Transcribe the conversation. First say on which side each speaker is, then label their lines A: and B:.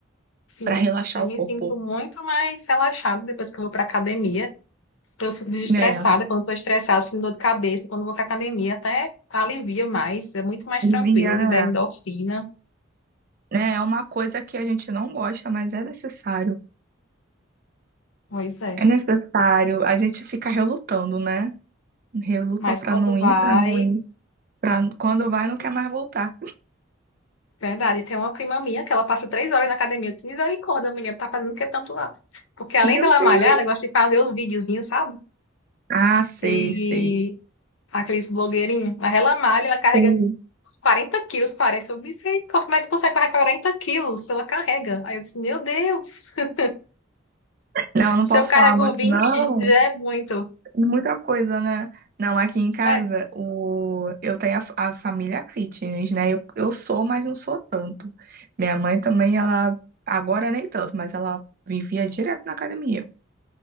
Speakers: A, on the left; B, on the right.
A: Sim,
B: para relaxar
A: eu
B: o
A: me
B: corpo.
A: sinto muito mais relaxada depois que eu vou para academia. Eu fico desestressada
B: Né,
A: quando estou estressada, sinto dor de cabeça. Quando vou para academia, até alivia mais, é muito mais
B: devia,
A: tranquilo, libera
B: né?
A: endorfina.
B: É uma coisa que a gente não gosta, mas é necessário.
A: Pois é.
B: É necessário. A gente fica relutando, né? Reluta
A: Mas
B: pra
A: quando
B: não ir,
A: vai.
B: pra não ir. Pra... Quando vai, não quer mais voltar.
A: Verdade, tem uma prima minha que ela passa três horas na academia. Eu disse, misericórdia, menina, tá fazendo o que tanto lá? Porque além
B: Meu
A: dela malhar,
B: Deus.
A: ela gosta de fazer os videozinhos, sabe?
B: Ah, sei,
A: De
B: sei.
A: Aqueles blogueirinhos. Mas ela malha, ela carrega
B: Sei.
A: uns 40 quilos, parece. Eu disse, como é que tu consegue carregar 40 quilos? Ela carrega. Aí eu disse, meu Deus, <laughs>
B: Não, não
A: se
B: posso
A: eu carrego
B: falar muito,
A: 20
B: não.
A: já é muito.
B: Muita coisa, né? Não, aqui em casa,
A: É,
B: o... eu tenho a, fa- a família fitness, né? Eu, eu sou, mas não sou tanto. Minha mãe também, ela, agora nem tanto, mas ela vivia direto na academia.